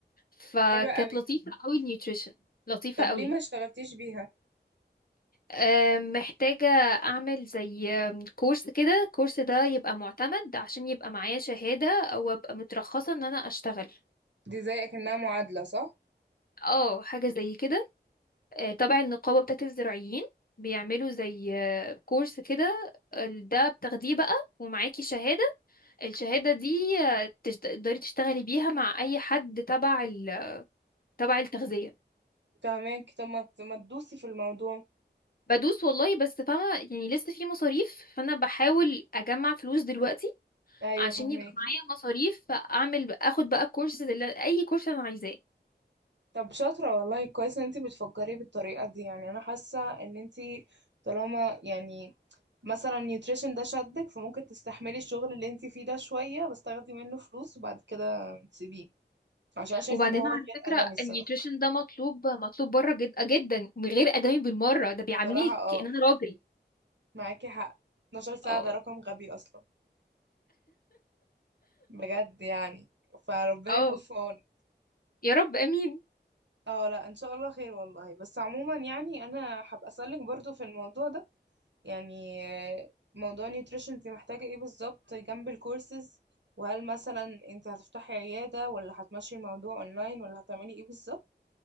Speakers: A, on the left; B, on the right.
A: فكانت
B: حلوة قوي
A: لطيفه قوي النيوتريشن لطيفه
B: طب
A: قوي
B: ليه ما اشتغلتيش بيها
A: آم، محتاجة أعمل زي آم، كورس كده الكورس ده يبقى معتمد عشان يبقى معايا شهادة أو أبقى مترخصة إن أنا أشتغل
B: دي زي اكنها معادلة صح
A: اه حاجة زي كده آه، تبع النقابة بتاعت الزراعيين بيعملوا زي آه، كورس كده ال- ده بتاخديه بقى ومعاكي شهادة الشهادة دي آه، تش- تقدري تشتغلي بيها مع أي حد تبع ال... تبع التغذية
B: فاهمك طب ما ت- ما تدوسي في الموضوع
A: بدوس والله بس فاهمة يعني لسه في مصاريف فأنا بحاول أجمع فلوس دلوقتي
B: ايوه
A: عشان
B: فاهمك
A: يبقى معايا مصاريف اعمل اخد بقى كورس اللي اي كورس انا عايزاه
B: طب شاطرة والله كويس ان انتي بتفكري بالطريقة دي يعني انا حاسة ان انتي طالما يعني مثلا نيوتريشن ده شدك فممكن تستحملي الشغل اللي انتي فيه ده شوية بس تاخدي منه فلوس وبعد كده تسيبيه عشان أنا شايفة
A: وبعدين
B: ان هو
A: على
B: غير
A: فكره
B: ادمي الصراحة
A: النيوتريشن ده مطلوب مطلوب بره جدا جدا من غير ادمي بالمره ده بيعاملوني
B: بصراحة اه
A: كأن انا راجل
B: معاكي حق 12 ساعة
A: اه
B: ده رقم غبي اصلا بجد يعني فربنا
A: اه
B: يكون في عونك
A: يا رب امين
B: اه لا ان شاء الله خير والله بس عموما يعني انا هبقى اسألك برضو في الموضوع ده يعني آه، موضوع نيوتريشن انت محتاجة ايه بالظبط جنب الكورسز وهل مثلا انت هتفتحي عيادة ولا هتمشي الموضوع اونلاين ولا هتعملي ايه بالظبط